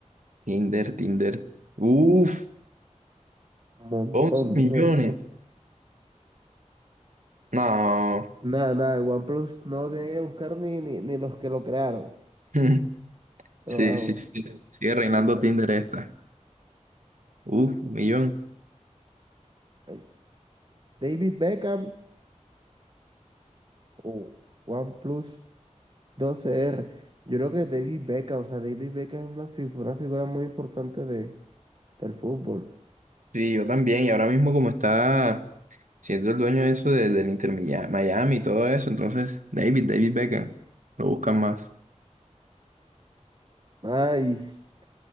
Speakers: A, on the right; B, on the right.
A: Tinder, Tinder. Uf,
B: un montón
A: 11 millones.
B: de gente.
A: No.
B: Nada, nada, el OnePlus no lo tienen que buscar ni, ni, ni los que lo crearon.
A: <laughs>
B: Pero
A: Sí,
B: vamos,
A: sí, sí. Sigue reinando
B: Tinder.
A: Tinder esta. Uf, un millón.
B: ahí. David Beckham o OnePlus 12R. Yo creo que David Beckham, o sea, David Beckham es una, fi- una figura muy importante de, del fútbol.
A: Sí, yo también. Y ahora mismo como está siendo el dueño de eso de- del Inter Miami Miami y todo eso, entonces David, David Beckham. Lo buscan más.
B: Ay, s-